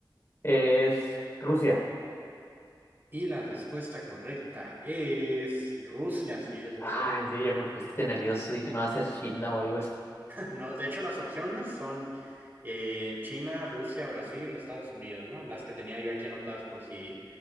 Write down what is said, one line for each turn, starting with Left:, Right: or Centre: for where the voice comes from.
Left: es Rusia.
Right: Y la respuesta correcta es Rusia, sí, Rusia.
Left: Ay, sí, ya me pusiste nervioso, dije, no va a ser China o algo así.
Right: No, de hecho las opciones son eh, China, Rusia, Brasil, Estados Unidos, ¿no? Las que tenía yo aquí anotadas por si,